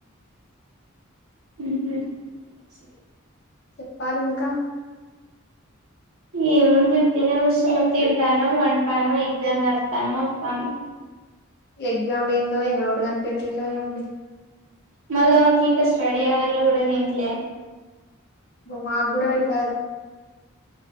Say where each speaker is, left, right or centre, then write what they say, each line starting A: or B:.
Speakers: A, on the right; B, on the left.
A: హు
B: చెప్పాలి ఇంకా
A: ఏముందు తనే ఉస్తుని తింటాను పంటున్నాం ఎగ్జామ్ రాస్తున్నాం వస్తానం
B: ఎగ్జామ్ ఏందో ఏమో ఎవరు కనిపెట్టిండు ఏమో
A: మళ్ళా మాకు ఇంకా స్టడీ అవర్లో కూడా దిన్లే
B: మాకు కూడా పెడత